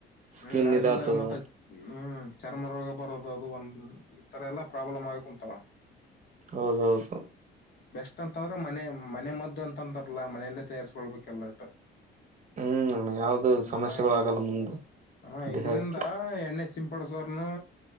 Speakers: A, on the left; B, on the right.
A: ಹ್ಮ್
B: ಸ್ಕಿನ್
A: ಅದ್ರಿಂದ
B: ಇದಾತದ
A: ಮತ್ತೆ ಹ್ಮ್ ಚರ್ಮ ರೋಗ ಬರೋದು ಅದು ಒಂದು ಇ ಈ ತರ ಎಲ್ಲಾ ಪ್ರಾಬ್ಲಮ್ ಆಗುಂಂತ
B: ಹೌದೌದೌದು
A: ಅಷ್ಟ ಅಂತಂದ್ರ ಮನೆ ಮನೆ ಮದ್ದು ಅಂತಾರಲ್ಲ ಮನೆಯಲ್ಲೇ ತಯಾರಸ್ಕೊಳ್ಬೇಕಲ್ಲ ಅಷ್ಟು
B: ಹ್ಮ್ ಯಾವ್ದ
A: ಹಾಯ್
B: ಸಮಸ್ಯೆಗಳು ಆಗಲ್ಲ ಮುಂದೆ
A: ಹಾ ಹ ಇದ್ರಿಂದ
B: ಇೇ ಹಾಕಿ
A: ಎಣ್ಣೆ ಸಿಂಪಡಸೋರ್ನು